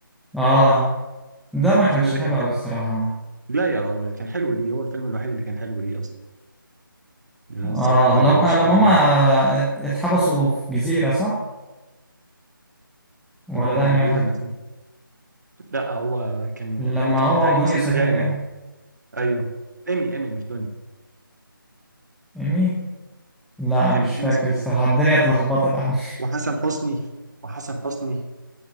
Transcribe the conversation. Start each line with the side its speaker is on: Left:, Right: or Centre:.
Centre: اه ده ما
Right: الفيلم
Centre: كانش
Right: ده
Centre: حلو
Right: كان حلو
Centre: قوي الصراحه
Right: لا يا راجل كان حلو ليه هو الفيلم الوحيد اللي كان حلو ليه اصلا يعني أنا
Centre: اه
Right: الصراحه ما
Centre: لما
Right: عجبنيش فيلم
Centre: لما هما ات- اتحبسوا في جزيره صح ولا
Right: لا ما
Centre: ده
Right: يعني
Centre: انهي واحد
Right: ايه لما كان لا هو كان
Centre: لما
Right: اللي هو كان
Centre: هو
Right: بتاع ايمي
Centre: ودنيا
Right: سمير
Centre: سمير
Right: غانم
Centre: كانوا
Right: ايوه ايمي ايمي مش دنيا
Centre: ايمي لا
Right: كانت
Centre: مش
Right: ايمي
Centre: فاكر
Right: سمير
Centre: الصراحه
Right: غانم
Centre: الدنيا اتلخبطت عنه <laughs>
Right: وحسن حسني وحسن حسني